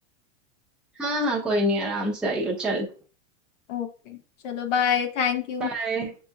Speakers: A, in the centre; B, on the left (about 75°).
A: हाँ हाँ कोई नहीं आराम से आइयो चल
B: ओके चलो बाय थैंक यू
A: बाय